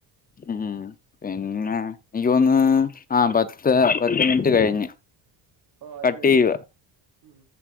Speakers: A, on the left; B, on the right.
A: ഉം പിന്നെ എനിക്ക് തോന്ന്, ആ പത്ത് പത്ത് മിനിറ്റ് കഴിഞ്ഞ്.
B: ഓഹ് ആ
A: കട്ട്
B: ശരിയന്നാ
A: ചെയ്യുവാ
B: ഉം